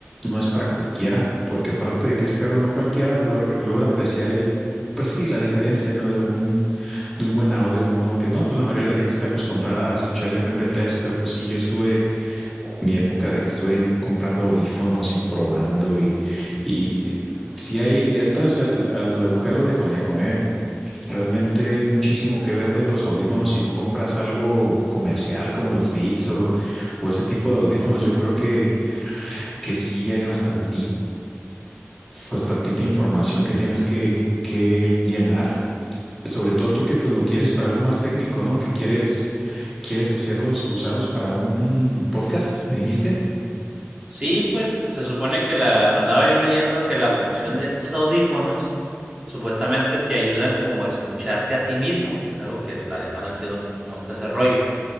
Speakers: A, in the centre; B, on the right.
A: no es para cualquiera, porque aparte de que es caro, no cualquiera lor- logra apreciar, eh, pues sí, la diferencia, ¿no? De un, de un buen audio a uno que no, pues la mayoría de la gente está acostumbrada a escuchar el mp tres, pero pues sí, yo estuve mi época de que estuve comprando audífonos y probando y, y eh, si hay, entras al, al agujero de conejo, ¿eh? Realmente hay muchísimo que ver de los audífonos. Si no compras algo comercial como los Beats o, o ese tipo de audífonos, yo creo que, que sí hay bastantito, bastantita información que tienes que, que llenar. Sobre todo tú que pues lo quieres para algo más técnico, ¿no? Que quieres, quieres hacerlos, usarlos para un podcast, ¿me dijiste?
B: Sí, pues se supone que la, andaba yo leyendo que la función de estos audífonos supuestamente te ayudan como a escucharte a ti mismo, que es algo que la neta no entiendo c- cómo está ese rollo.